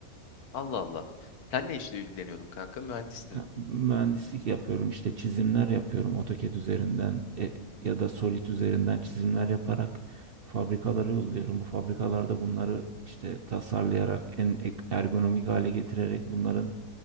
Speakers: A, on the left; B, on the right.
A: Allah Allah. Sen ne işle ilgileniyordun kanka? Mühendistin.
B: Ha, Mühendislik yapıyorum işte çizimler yapıyorum AutoCAD üzerinden e, ya da Solid üzerinden çizimler yaparak fabrikalara yolluyorum. Bu fabrikalarda bunları işte tasarlayarak en ek- ergonomik hale getirerek bunların